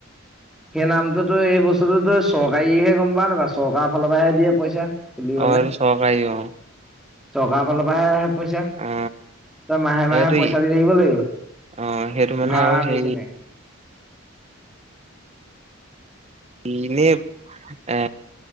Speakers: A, in the centre; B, on the right (about 35°).
A: সেই নামটোতো এই বস্তুটোতো চৰকাৰীহে গম পাও নাপাওঁ চৰকাৰ ফালৰ পৰাহে দিয়ে পইচা। খুলিবলে
B: অ চৰকাৰী অ।
A: চৰকাৰৰ ফালৰ পৰাহে আহে পইচা।
B: অ
A: তই মাহে মাহে
B: এইটো
A: পইচা দি থাকিব লাগিব
B: অ সেইটো মানে
A: ভাড়া
B: আৰু হেৰি
A: নিচিনাকে।
B: ইনেই এ